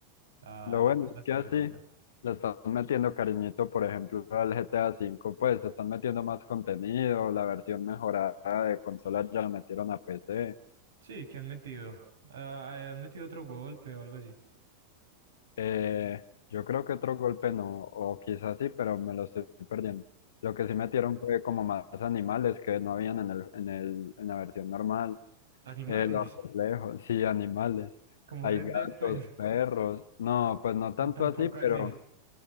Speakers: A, on the right (about 65°); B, on the left (about 60°).
A: a
B: Lo
A: las
B: bueno
A: mismas
B: es que
A: personas.
B: así le están metiendo cariñito, por ejemplo, al GTA cinco pues están metiendo más contenido, la versión mejorada de consola ya la metieron a PC.
A: Sí, que han metido. Ah, eh, han metido otro golpe o algo así.
B: Eh, yo creo que otro golpe no, o quizás sí, pero me lo estoy perdiendo. Lo que sí metieron fue como más animales que no habían en el, en el, en la versión normal.
A: Animales,
B: Eh, los reflejos, sí, animales.
A: <laughs> como
B: Hay
A: Red
B: gatos,
A: Dead, pues.
B: perros. No, pues no tanto
A: <laughs> Tampoco
B: así,
A: así.
B: pero...